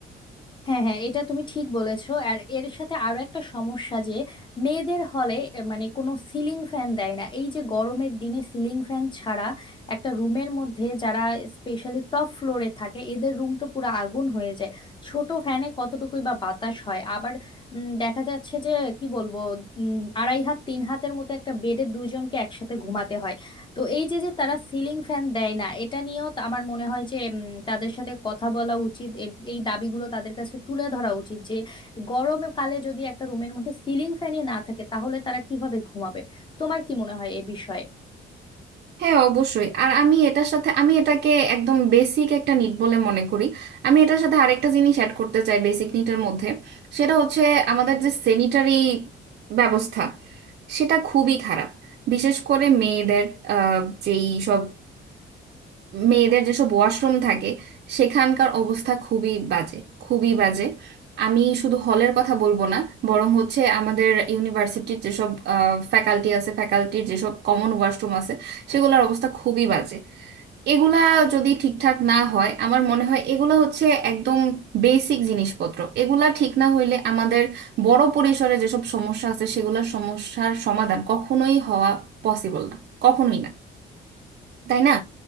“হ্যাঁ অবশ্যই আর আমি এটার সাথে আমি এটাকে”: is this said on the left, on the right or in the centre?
Right